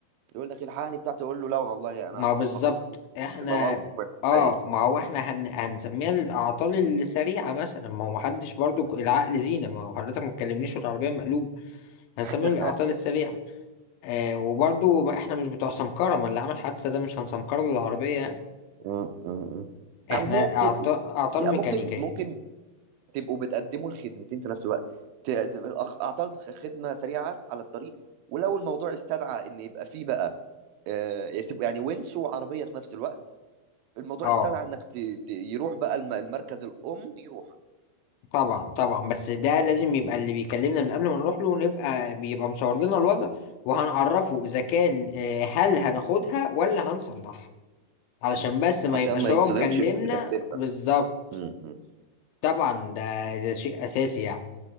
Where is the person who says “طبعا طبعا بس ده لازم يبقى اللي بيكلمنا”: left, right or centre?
Left